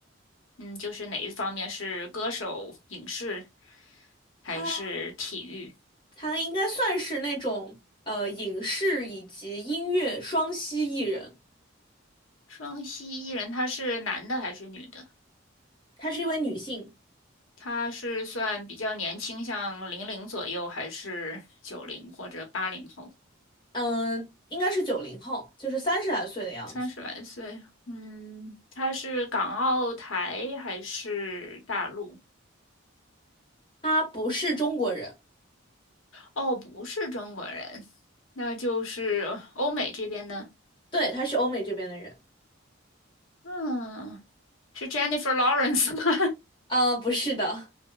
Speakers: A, on the left; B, on the left.
A: 嗯，就是哪一方面是歌手、影视还是体育？
B: 他。她应该算是那种呃影视以及音乐双栖艺人，
A: 双栖艺人，他是男的还是女的？
B: 她是一位女性，
A: 他是算比较年轻，像零零左右，还是九零或者八零后？
B: 嗯、应该是九零后，就是三十来岁的样子。
A: 三十来岁，嗯，他是港澳台还是大陆？
B: 她不是中国人，
A: 哦，不是中国人，那就是欧美这边的。
B: 对，她是欧美这边的人。
A: 嗯，是 Jennifer Lawrence 吗？
B: 啊，不是的，